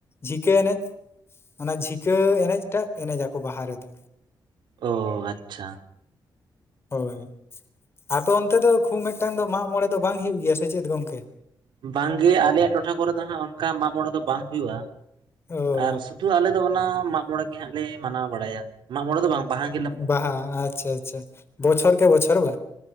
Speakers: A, on the left; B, on the right.
A: ᱡᱷᱤᱠᱟᱹ ᱮᱱᱮᱡ, ᱚᱱᱟ ᱡᱷᱤᱠᱟᱹ ᱮᱱᱮᱡᱴᱟᱜ ᱮᱱᱮᱡᱟᱠᱚ ᱵᱟᱦᱟ ᱨᱮᱫᱚ᱾
B: ᱚ ᱟᱪᱪᱷᱟ ᱾
A: ᱦᱳᱭ, ᱟᱫᱚ ᱚᱱᱛᱮ ᱫᱚ ᱠᱷᱩᱵᱽ ᱢᱤᱫᱴᱟᱹᱝ ᱫᱚ ᱢᱟᱜ ᱢᱚᱬᱮ ᱫᱚ ᱵᱟᱝ ᱦᱩᱭᱩᱜᱭ ᱜᱮᱭᱟ ᱥᱮ ᱪᱮᱫ ᱜᱚᱝᱠᱮ?
B: ᱵᱟᱝᱜᱮ, ᱟᱞᱮᱭᱟᱜ ᱴᱚᱴᱷᱟ ᱠᱚᱨᱮ ᱫᱚ ᱦᱟᱸᱜ ᱚᱱᱠᱟ ᱢᱟᱜ ᱢᱚᱬᱮ ᱫᱚ ᱵᱟᱝ ᱦᱩᱭᱩᱜᱼᱟ ᱾
A: ᱚ
B: ᱟᱨᱼᱼ ᱥᱤᱱᱩ <unintelligible> ᱟᱞᱮ ᱫᱚ ᱚᱱᱟ ᱢᱟᱜ ᱢᱚᱬᱮ ᱜᱮ ᱦᱟᱸᱜ ᱞᱮ ᱢᱟᱱᱟᱣ ᱵᱟᱲᱟᱭᱟ ᱾ ᱢᱟᱜ ᱢᱚᱬᱮ ᱫᱚ ᱵᱟᱝ, ᱵᱟᱦᱟᱼᱼ
A: ᱵᱟᱦᱟ, ᱟᱪᱪᱷᱟ ᱟᱪᱪᱷᱟ ᱵᱚᱪᱷᱚᱨ ᱠᱮ ᱵᱚᱪᱚᱨ ᱵᱟ᱾